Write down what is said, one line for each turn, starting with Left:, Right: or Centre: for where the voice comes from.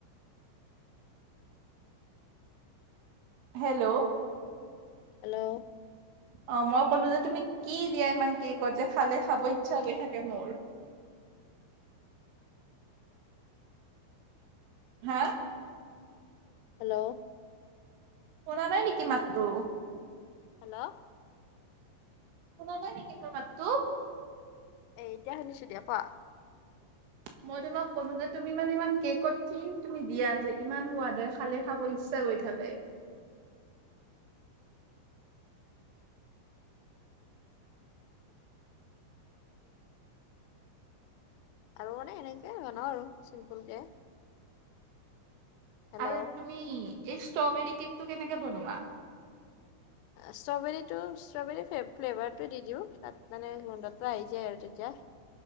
Right: হেল্ল
Left: হেল্ল
Right: অ মই ক'লো যে তুমি কি দিয়া ইমান কে কত যে খালে খাব ইচ্ছা হৈ থাকে মোৰ হা
Left: হেল্ল'
Right: শুনা নাই নেকি মাতটো
Left: হেল্ল'
Right: শুনা নাই নেকি মোৰ মাততো
Left: এ এতিয়া শুনিছো দিয়া কোৱা
Right: মই তোমাক ক'লো যে তুমি মানে ইমান কেকত কি তুমি দিয়া যে ইমান সোৱাদ হয় খালে খাব ই গৈ থাকে
Left: আৰু মানে এনেকে বনাও আৰু চিম্পুল কে হেল্ল'
Right: আৰু তুমি এই ষ্ট্ৰবেৰী কেকটো কেনেকে বনোৱা
Left: ষ্ট্ৰবেৰীটো ষ্ট্ৰবেৰী ফ ফ্লেভাৰটো দি দিওঁ তাত মানে গোন্ধটো আহি যায় আৰু তেতিয়া